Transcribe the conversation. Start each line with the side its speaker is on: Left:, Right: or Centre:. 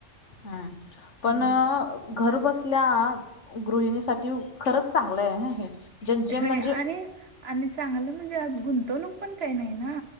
Left: हम्म पण
Right: हम्म
Left: घर बसल्या गृहिणीसाठी खरंच चांगलंय हे. ज्यांचे म्हणजे
Right: हो आणि आणि चांगलं म्हणजे आ गुंतवणूक पण काही नाही ना.